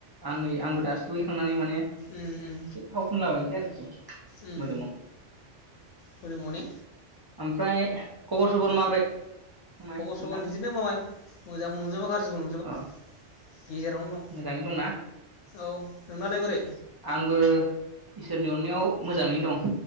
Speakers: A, on the right; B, on the left.
A: आं नै आंबो दासो दुगैखांनानै माने।
B: उम उम
A: थाव फुनलाबायनोसै आरोखि
B: उम
A: मोदोमाव।
B: मोदोमाव ने
A: ओमफ्राय खबर सबर माब्रै। मामाय
B: खबर
A: नोंथांना
B: सबर बिदिनो मामाय मोजांबो नंजोबा गाज्रिबो नंजोबा
A: अ
B: गेजेरावनो दं।
A: मोजाङै दंना
B: औ नोंनालाय बोरै
A: आंबो। इसोरनि अननायाव मोजाङैनो दं।